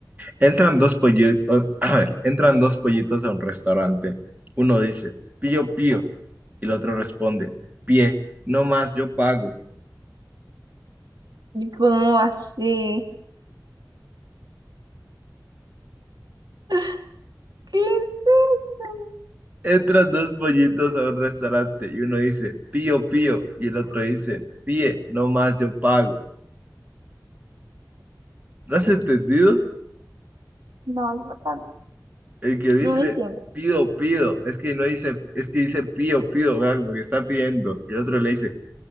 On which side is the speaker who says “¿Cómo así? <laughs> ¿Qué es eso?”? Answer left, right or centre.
Right